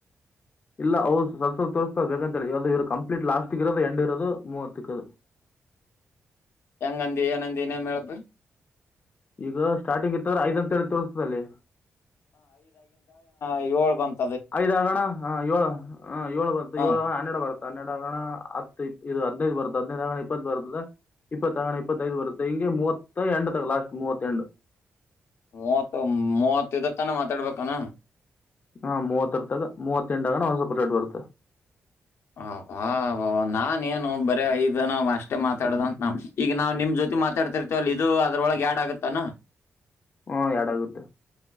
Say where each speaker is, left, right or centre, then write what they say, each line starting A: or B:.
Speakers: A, on the left; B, on the left.
A: ಇಲ್ಲ ಅ ತೋರಿಸಾ ದು ಇವರು ಕಂಪ್ಲೀಟ್ ಲಾಸ್ಟ್ ಇರೋದು ಎಂಡ್ ಇರೋದು ಮೂವತ್ತದು
B: ಹೆಂಗಂದಿ ಏನಂದ ಇನ್ನೊಮ್ಮೆ ಹೇಳಪ್ಪಿ
A: ಈಗ ಸ್ಟಾರ್ಟಿಂಗ್ ಇತ್ತವ್ರ ಐದ್ಂತೇಳ ತೋರ್ಸದಲ್ಲಿ
B: ಏಲೂ ಬಂತ
A: ಐದ ಆಗನ ಹ ಏಳ ಹ ಏಳ ಬರತ್ತ
B: ಹಾ
A: ಏಳ ಆಗನ ಹನ್ನೆರಡ ಬರತ್ತ. ಹನ್ನೇಡ ಆಗನ ಹತ್ತು ಇ ಇದ ಹದಿನೈದ ಬರ್ತ್ತದ ಹದಿನೈದ ಆಗನ ಇಪ್ಪತ್ತ ಬರ್ತದ ಇಪ್ಪ. ಇಪ್ಪತ್ತ ಆಗನ ಇಪ್ಪತ್ತೈದ ಬರುತ್ತೆ ಹಿಂಗೆ ಮೂವತ್ತ. ಎಂಡ್ ತಕ ಲಾಸ್ಟ್ ಮೂವತ್ತ ಎಂಡ್.
B: ಮೂವತ್ತು ಮೂವತ್ತ ಇದರ ತನಾ ಮಾತಾಡ್ಬೇಕನ.
A: ಹಾ ಮೂವತ್ತರ ತಕ ಮೂವತ್ತ ಎಂಡ್ ಆಗನ ಒಂದ ಸ್ವಲ್ಪ ರೆಡ್ ಬರುತ್ತ.
B: ಅಬ್ಬಾ ಅಬ್ಬಬ್ಬ ನಾನೇನು ಬರೇ ಐದ ಏನೋ ಅಷ್ಟೇ ಮಾತಾಡದಂತ ನ ಈಗ ನಾವ ನಿಮ್ಮ ಜೊತೆ ಮಾತಾಡ್ತಿರ್ತೇವಲ್ಲ ಇದು ಅದ್ರೊಳಗ ಯಾಡ್ ಆಗತ್ತನ.
A: ಹ್ಮ ಆಡ್ ಆಗುತ್ತೆ.